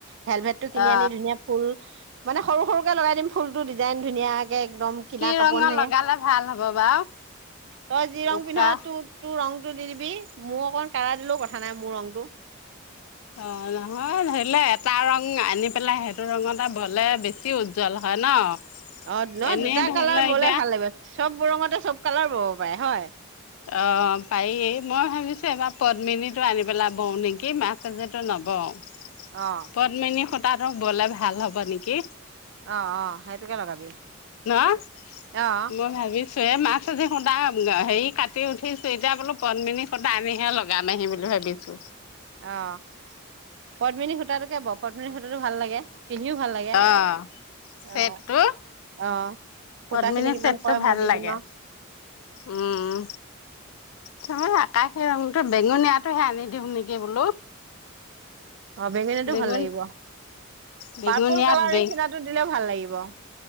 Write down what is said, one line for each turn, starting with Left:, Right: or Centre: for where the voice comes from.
Right: হেলমেটটো কিনি
Left: অ।
Right: আনি ধুনীয়া ফুল মানে সৰু সৰুকে লগাই দিম ফুলটো ডিজাইন ধুনীয়াকে একদম। কিনা
Left: কি
Right: কাপোৰ
Left: ৰঙৰ
Right: নাথাকে
Left: লগালে ভাল হ'ব বাৰু?
Right: তই যি ৰং
Left: উকা?
Right: পিন্ধ তো-তোৰ ৰংটো দি দিবি, মোৰ অকন কাঢ়া দিলেও কথা নাই মোৰ ৰংটো।
Left: অ' নহয় ধৰিলে এটা ৰং আনি পেলাই সেইটো ৰঙতে বলে বেছি উজ্জ্বল হয় ন'?
Right: অ', ন'
Left: এনেই
Right: দুটা
Left: ধৰি
Right: কালাৰ
Left: লোৱা
Right: বলে
Left: এতিয়া
Right: ভাল লাগিব, চব বৰঙতে চব কালাৰ ব'ব পাৰে হয়।
Left: অ', পাৰি মই ভাবিছোঁ এইবাৰ পদ্মিনীটো আনি পেলা বওঁ নেকি মাছ আযেটো নবওঁ। <inaudible>
Right: অ'।
Left: কদমিনী সূতাটো ব'লে ভাল হ'ব নিকি।
Right: অ', অ' সেইটোকে লগাবি।
Left: ন'
Right: অ অ
Left: মই ভাবি চুৱে মাছ আজি খুদা আ, হেৰি কাটি উঠিছোঁ এতিয়া বোলো পদ্মিনী সুতা আনিহে লগ গাম আহি বুলি ভাবিছোঁ।
Right: অ', পদ্মিনী সূতাটোকে ব' পদ্মিনী সূতাটো ভাল লাগে। পিন্ধিও ভাল লাগে।
Left: অ'। চেটটো
Right: অ', অ', সূতাখিনি
Left: পদ্মিনী
Right: কিমান
Left: চেটটো
Right: পৰে
Left: ভাল
Right: মই দি
Left: লাগে
Right: দিম আৰু।
Left: উম। চাওঁ আকাশে ৰংটো বেঙুনীয়াটোহে আনি দিওঁ নেকি বোলো।
Right: অ' বেঙুনীয়াটো
Left: বেঙুন
Right: ভাল লাগিব,
Left: বেঙুনীয়াত
Right: পাৰ্পুল কালাৰ
Left: বেঙ
Right: নিচিনাটো দিলেও ভাল লাগিব।